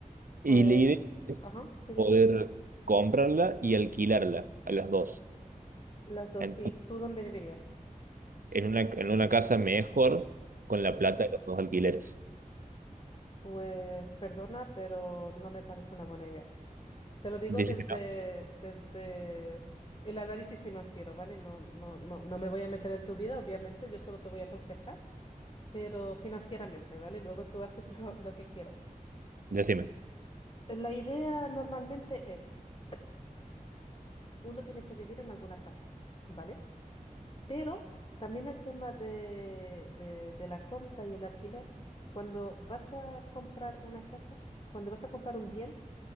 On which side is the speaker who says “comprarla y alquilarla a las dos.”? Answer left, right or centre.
Right